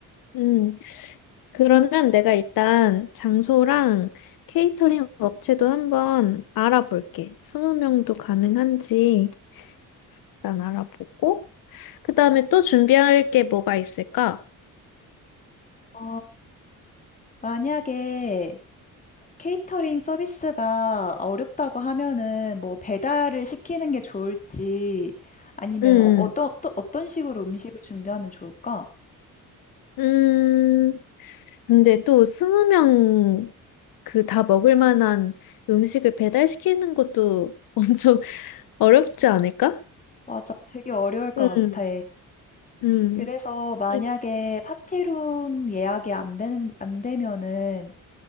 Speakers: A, on the left; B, on the left.
A: 응. 그러면 내가 일단 장소랑 케이터링 업체도 한번 알아볼게. 스무 명도 가능한지 일단 알아보고. 그 다음에 또 준비할 게 뭐가 있을까?
B: 어, 만약에 케이터링 서비스가 어렵다고 하면은 뭐 배달을 시키는 게 좋을지 아니면
A: 음,
B: 어, 어떤 또 어떤 식으로 음식을 준비하면 좋을까?
A: 음, 근데 또 스무 명 그 다 먹을 만한 음식을 배달시키는 것도 <laughs> 엄청 어렵지 않을까?
B: 맞아, 되게 어려울 것
A: 음,
B: 같아.
A: 음,
B: 그래서 만약에
A: 이-
B: 파티룸 예약이 안 되는 안 되면은